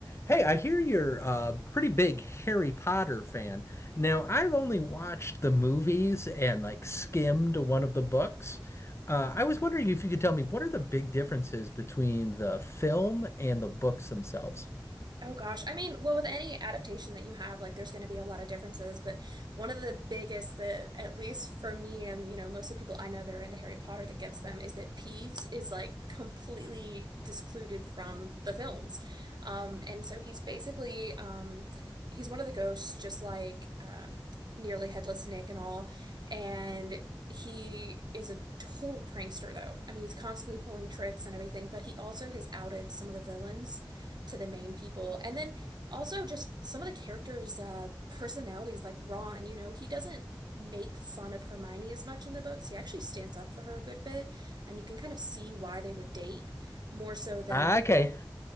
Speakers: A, on the left; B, on the right.
A: Hey, I hear you're a pretty big Harry Potter fan. Now, I've only watched the movies and like skimmed one of the books. Uh, I was wondering if you could tell me what are the big differences between the film and the books themselves?
B: Oh gosh. I mean, well, with any adaptation that you have, like there's going to be a lot of differences, but one of the biggest that at least for me and, you know, most of the people I know that are into Harry Potter that gets them is that Peeves is like completely discluded from the films. Um, and so he's basically um he's one of the ghosts just like uh, nearly headless Nick and all. And he is a total prankster though. I mean, he's constantly pulling tricks and everything, but he also has outed some of the villains to the main people. And then also just some of the characters' uh, personalities, like Ron, you know, he doesn't make fun of Hermione as much in the books. He actually stands up for her a good bit, and you can kind of see why they would date more so Mhm. than
A: Ah, Okay,